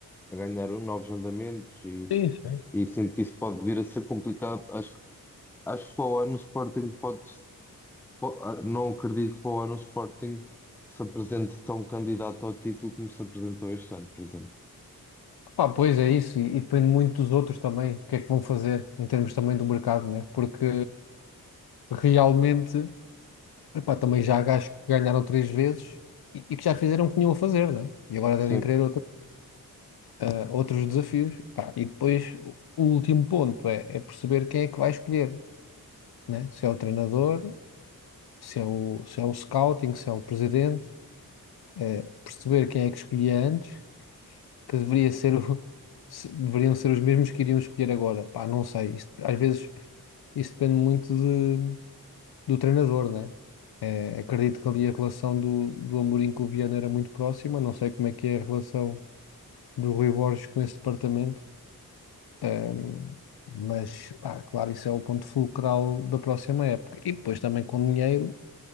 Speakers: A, in the centre; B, on the left (about 80°).
A: a ganhar novos andamentos e,
B: sim. sim.
A: e sinto que isso pode vir a ser complicado. Acho, que- acho que para o ano o Sporting pode, po- ah, não acredito que para o ano o Sporting se apresente tão candidato ao título como se apresentou este ano, por exemplo.
B: Pá, pois é isso, e, e depende muito dos outros também, o que é que vão fazer em termos também do mercado, né? Porque realmente, epá, também já há gajos que ganharam três vezes e, e que já fizeram o que tinham a fazer, né? E agora devem
A: Sim.
B: querer outro- eh, outros desafios. Pá, e depois o o último ponto é, é perceber quem é que vai escolher, né? Se é o treinador, se é o, se é o scouting, se é o presidente. eh, perceber quem é que escolhi antes, que deveria ser o- <laughs> se- deveriam ser os mesmos que iriam escolher agora. Pá, não sei. Isto- às vezes isso depende muito de- do treinador, né? Eh, acredito que ali a relação do, do Amorim com o Viana era muito próxima. Não sei como é que é a relação do Rui Borges com esse departamento. Ehm, mas, pá, claro, isso é o ponto fulcral da próxima época. E depois também com dinheiro,